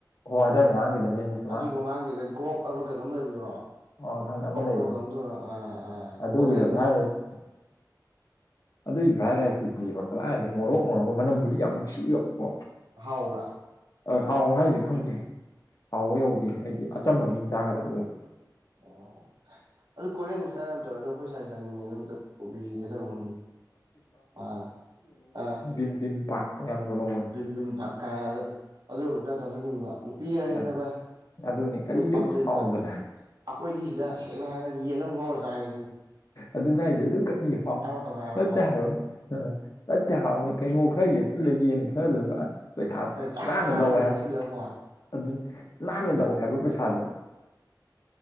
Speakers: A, on the left; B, on the right.
A: ꯍꯣ ꯑꯗꯨꯋꯥꯏ ꯃꯃꯥꯡꯒꯤꯗ ꯃꯤꯝꯁ
B: ꯑꯗꯨꯏ ꯃꯃꯥꯡꯒꯤꯗ ꯒ꯭ꯔꯣꯞ ꯍꯥꯏꯕ ꯀꯩꯅꯣꯝ ꯂꯩꯕꯗꯨꯔꯣ
A: ꯑꯣ ꯈꯪ ꯑꯃ ꯂꯩ
B: <unintelligible>
A: ꯑꯗꯨꯒꯤ
B: ꯀꯣꯔꯤꯌꯟ
A: ꯐ꯭ꯔꯥꯏ ꯔꯥꯏꯁ ꯑꯗꯨꯏꯒꯤ ꯐ꯭ꯔꯥꯏ ꯔꯥꯏꯁꯇꯨꯗꯤꯕ ꯀꯗꯥꯏꯗꯒꯤ ꯉꯧꯔꯣꯛ ꯉꯧꯔꯒ ꯃꯅꯝꯕꯨꯗꯤ ꯌꯥꯝ ꯅꯨꯡꯁꯤꯕ ꯀꯣ
B: ꯍꯥꯎꯕ꯭ꯔꯥ
A: ꯍꯥꯎꯕ ꯍꯥꯏꯁꯦ ꯈꯪꯗꯦ ꯍꯥꯎꯕ ꯌꯧꯗꯦ ꯑꯩꯗꯤ ꯑꯆꯝꯕ ꯃꯤꯅ ꯆꯥꯒꯗꯕ ꯑꯣꯏꯕ
B: ꯑꯣ ꯑꯗꯨ ꯀꯣꯔꯤꯌꯥꯟ ꯏꯁꯇꯥꯏꯋꯜ ꯌꯥꯝ ꯇꯧꯋꯦ ꯑꯗꯣ ꯑꯩꯈꯣꯏ ꯁꯥꯏ ꯆꯅꯤꯡꯉꯦ ꯑꯗꯨꯝ ꯑꯗꯣ ꯄꯨꯕꯤꯁꯤꯔ ꯇꯧꯕꯅꯦ ꯃꯥ <unintelligible>
A: ꯇꯤꯗꯤꯝ ꯄꯥꯛꯇꯣ ꯌꯥꯝ ꯌꯣꯜꯍꯧꯕꯅꯤ
B: ꯕꯤꯟ ꯅꯨꯡ ꯄꯥꯀꯥ ꯑꯗ ꯑꯗꯨ ꯈꯔ ꯆꯥꯖꯅꯤꯡꯕ ꯅꯨꯄꯤ ꯍꯥꯏꯔꯦꯅ
A: ꯑꯥ
B: ꯚꯥꯏ
A: ꯑꯗꯨꯅꯤ ꯀꯔꯤꯗꯕꯨ
B: ꯃꯣꯏꯗꯤ ꯄꯥꯝꯖꯩꯅ
A: ꯍꯥꯎꯗꯅ
B: ꯑꯩꯈꯣꯏꯗꯤ ꯁꯤꯗ ꯁꯦꯡꯅ ꯍꯥꯏꯔꯒꯗꯤ ꯌꯦꯟ ꯑꯃ ꯉꯧꯔꯒ ꯆꯒꯦ ꯁꯤꯅꯤ
A: ꯑꯗꯨꯅ ꯍꯥꯏꯁꯦ ꯑꯗꯨ ꯀꯔꯤ ꯍꯥꯎ
B: ꯇꯧꯈꯥꯏꯔꯒꯀꯣ
A: ꯅꯠꯇꯦ ꯍꯥꯏꯕ ꯎꯝ ꯅꯠꯇꯦ ꯍꯥꯏꯕ ꯀꯩꯅꯣ ꯈꯔ ꯌꯦꯠꯁꯤꯜꯂ ꯌꯦꯟ ꯈꯔꯗꯨꯒ ꯑꯁ ꯄꯩꯁꯥ
B: ꯆꯥꯛ
A: ꯅꯥꯟꯅ
B: ꯃꯆꯥ
A: ꯂꯧꯋꯦ
B: ꯈꯔ
A: ꯍꯥꯏꯕ
B: ꯌꯦꯠꯁꯜꯂꯒꯀꯣ
A: ꯑꯗꯨ ꯅꯥꯟꯅ
B: ꯎꯝ
A: ꯂꯧꯋꯦ ꯍꯥꯏꯕ ꯄꯩꯁꯥꯗꯣ